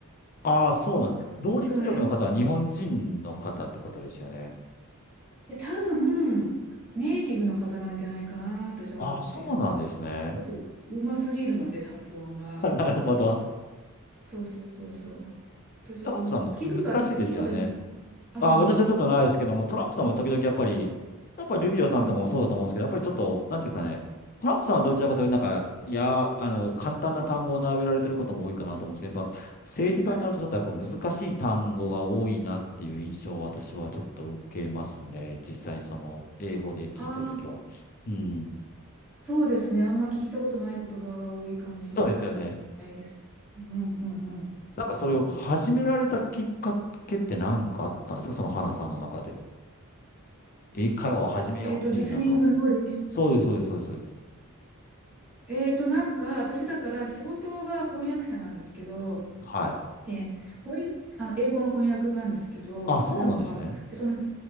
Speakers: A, on the left; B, in the centre.
A: ああ、そうなん。同時通訳の方は日本人の方ってことですよね。
B: うん、やっ、いや多分、ネイティブの方なんじゃないかな、私は思ってる。
A: ああ、そうなんですね。
B: ちょっとうますぎるので、発音が。
A: <laughs> あなるほど。
B: だから、そうそうそうそう。私はもう、
A: トランプさんも難しいですよね。
B: 聞いたことあります、聞いたことありますあ、
A: あ、
B: そうそうそう。
A: 私はちょっとないですけども、トランプさんも時々やっぱり、やっぱりルビオさんとかもそうだと思うんですけど、
B: うん。
A: やっぱりちょっと、なんていうかね、トランプさんはどちらかというと、なんか、いや、あの、簡単な単語を並べられてることも多いかなと思うんですけど、やっぱ政治家になるとちょっとやっぱ難しい単語が多いなっていう印象を私はちょっと受けますね。
B: はいはい。
A: 実際にその、英語で聞いてるときは。
B: ああ、
A: うん。
B: そうですね。あんま聞いたことない言葉が多いかもしれないです。
A: そうですよね。
B: うんうんうんうんうんうん。
A: なんかそれを始められたきっかけって何かあったんですかその花さんの中で。英会話を始めようっていうなんかを、
B: えっと、リスニングの練習。
A: そうです、そうです、そうですそうです。
B: えっと、なんか、私だから仕事が翻訳者なんですけど、
A: はい。
B: で、翻訳、あの、英語の翻訳なんですけど、
A: あ、そうなんですね。
B: なんか、で、その